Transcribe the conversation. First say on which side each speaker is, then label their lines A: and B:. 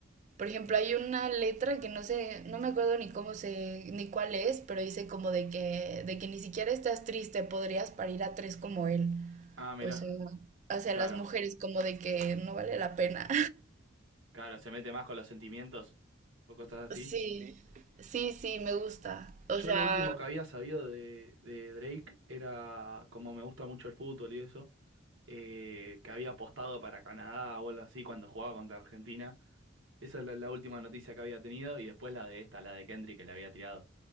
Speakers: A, on the right (about 40°); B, on the right (about 70°).
A: por ejemplo, hay una letra que no sé, no me acuerdo ni cómo se, ni cuál es, pero dice como de que, de que ni siquiera estás triste, podrías parir a tres como él.
B: Ah, mira.
A: O sea, hacia
B: Claro.
A: las mujeres como de que no vale la pena.
B: Claro, se mete más con los sentimientos o cosas así.
A: Sí, ¿sí? sí, sí, me gusta. O
B: Yo
A: sea,
B: lo último que había sabido de, de Drake era, como me gusta mucho el fútbol y eso, eh, que había apostado para Canadá o algo así cuando jugaba contra Argentina. Esa es la, la última noticia que había tenido y después la de esta, la de Kendrick que le había tirado.